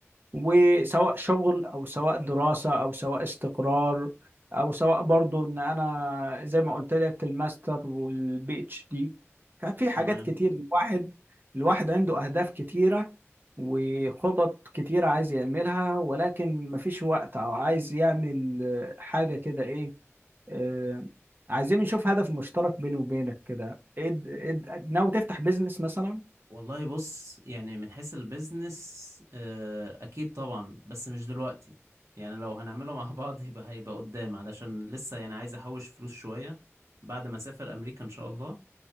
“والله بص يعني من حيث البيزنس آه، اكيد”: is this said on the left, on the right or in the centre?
Right